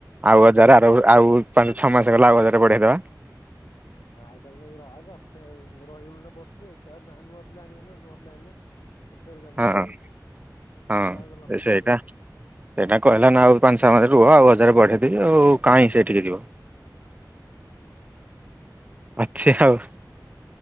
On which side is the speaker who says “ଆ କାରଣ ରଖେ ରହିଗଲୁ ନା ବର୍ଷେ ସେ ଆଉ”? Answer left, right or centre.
Left